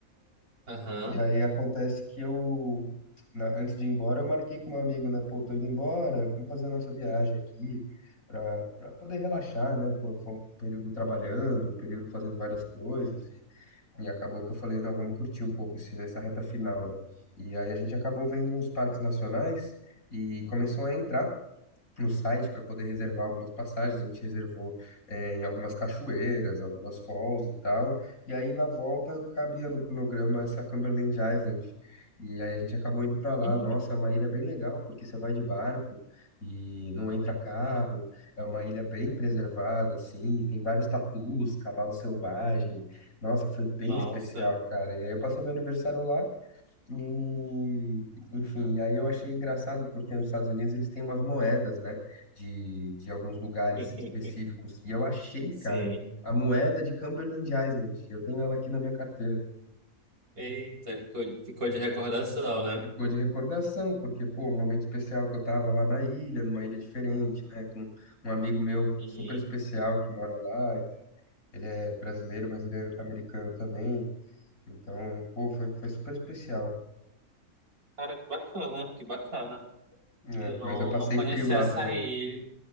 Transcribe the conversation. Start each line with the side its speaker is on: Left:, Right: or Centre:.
Right: Aham.
Left: E aí acontece que eu, na- antes de ir embora, eu marquei com um amigo, né? Pô, tô indo embora, vamos fazer a nossa viagem aqui pra, pra poder relaxar, né? Pô, foi um período trabalhando, um período fazendo várias coisas e, e acabou que eu falei, não, vamos curtir um pouco esse, essa reta final, né? E aí a gente acabou vendo uns parques nacionais e começou a entrar no site para poder reservar algumas passagens. A gente reservou é, em algumas cachoeiras, algumas falls e tal. E aí na volta cabia no cronograma essa Cumberland Island. E aí a gente acabou indo para lá.
Right: Hum,
Left: Nossa, é uma ilha bem legal porque você vai de barco e não entra carro. É uma ilha bem preservada, assim. Tem vários tatus, cavalo selvagem. Nossa, foi bem
Right: Nossa.
Left: especial, cara. E aí eu passei meu aniversário lá. E, enfim, aí eu achei engraçado porque nos Estados Unidos eles têm umas moedas, né, de, de alguns lugares
Right: <laughs>
Left: específicos. E eu achei,
Right: Sim.
Left: cara, a moeda de Cumberland Island. Eu tenho ela aqui na minha carteira.
Right: Eita, ficou, ficou de recordação, né?
Left: Ficou de recordação, porque, pô, um momento especial que eu tava lá na ilha, numa ilha diferente, né, com um amigo meu
Right: Uhum.
Left: super especial que mora lá. Ele é, ele é brasileiro, mas ele é americano também. Então, pô, foi, foi super especial.
Right: Cara, que bacana, que bacana.
Left: né?
Right: Eu não,
Left: mas eu passei
Right: não conhecia
Left: frio lá
Right: essa
Left: também.
Right: ilha.